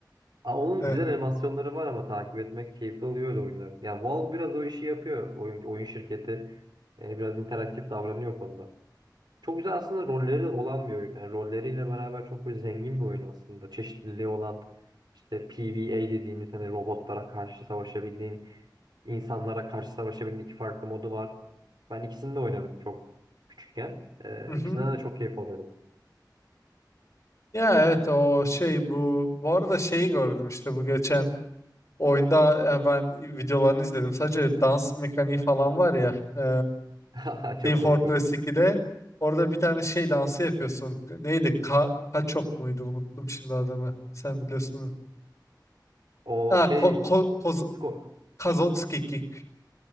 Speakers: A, on the right (about 80°); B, on the left (about 45°).
A: Aa, onun
B: Evet.
A: güzel animasyonları var ama takip etmek keyifli oluyor öyle oyunları. Yani Valve biraz o işi yapıyor. Oyun, oyun şirketi e, biraz interaktif davranıyor o konuda. Çok güzel aslında rolleri olan bir oyun. Yani rolleriyle beraber çok böyle zengin bir oyun aslında. Çeşitliliği olan işte PvE dediğimiz hani robotlara karşı savaşabildiğin İnsanlara karşı savaşabilme iki farklı modu var. Ben ikisini de oynadım çok küçükken. Ee,
B: Mhm.
A: ikisinden de çok keyif alıyordum.
B: Ya evet o şey bu bu arada şeyi gördüm işte bu geçen oyunda yani ben videolarını izledim sadece dans mekaniği falan var ya e,
A: <laughs> Çok
B: Team Fortress
A: komik o.
B: 2'de orada bir tane şey dansı yapıyorsun neydi Ka Kaçok muydu unuttum şimdi adını sen biliyorsun
A: O
B: ha
A: şey
B: ko ko Koz-
A: skor
B: Kazotski Kick